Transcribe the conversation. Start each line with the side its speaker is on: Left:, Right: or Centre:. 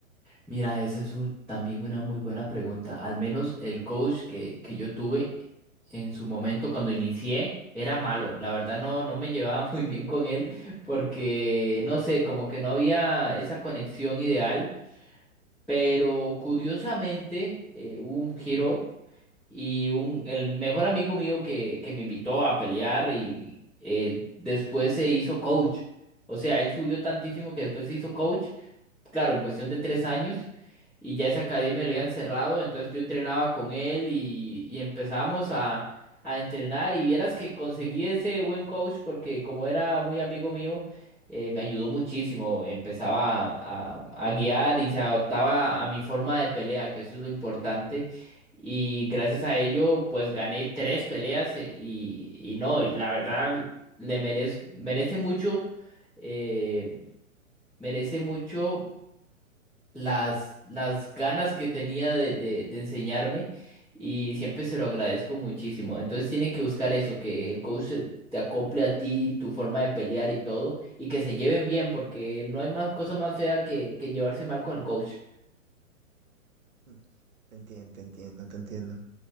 Centre: Mira, esa es un- también una muy buena pregunta. Al menos el coach que, que yo tuve en su momento cuando inicié era malo. La verdad no, no me llevaba <laughs> muy bien con él porque, no sé, como que no había esa conexión ideal. Pero curiosamente eh, hubo un giro y un, el mejor amigo mío que, que me invitó a pelear y eh, después se hizo coach. O sea, él subió tantísimo que después se hizo coach claro, en cuestión de tres años y ya esa academia lo habían cerrado, entonces yo entrenaba con él y, y empezamos a, a entrenar y vieras que conseguí ese buen coach porque como era muy amigo mío, eh, me ayudó muchísimo, empezaba a, a guiar y se adaptaba a mi forma de pelea, que eso es lo importante. Y gracias a ello, pues gané tres peleas eh, y, y no, y la verdad le merez- merece mucho, eh, merece mucho las, las ganas que tenía de, de, de enseñarme y siempre se lo agradezco muchísimo. Entonces tiene que buscar eso, que el coach se- te acople a ti, tu forma de pelear y todo, y que se lleven bien, porque no hay más cosa más fea que, que llevarse mal con el coach.
Right: Mm, Te entiendo, te entiendo, te entiendo.